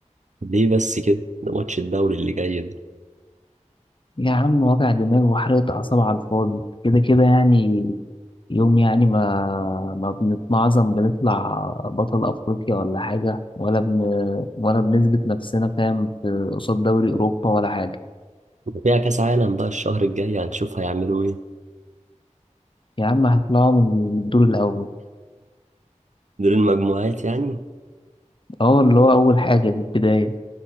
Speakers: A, on the right (about 70°); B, on the left (about 40°).
A: ليه بس كده ده ماتش الدوري اللي جاي ده
B: يا عم وجع دماغ وحرقة اعصاب على الفاضي كده كده يعني يوم يعني ما ما بنتمعظم بنطلع بطل افريقيا ولا حاجة ولا بن ولا بنثبت نفسنا فاهم في قصاد دوري اوروبا ولا حاجة
A: ده فيها كاس عالم بقى الشهر الجاي هنشوف هيعملوا ايه
B: يا عم هيطلعوا من من الدور الاول
A: دور المجموعات يعني
B: اه اللي هو اول حاجة دي البداية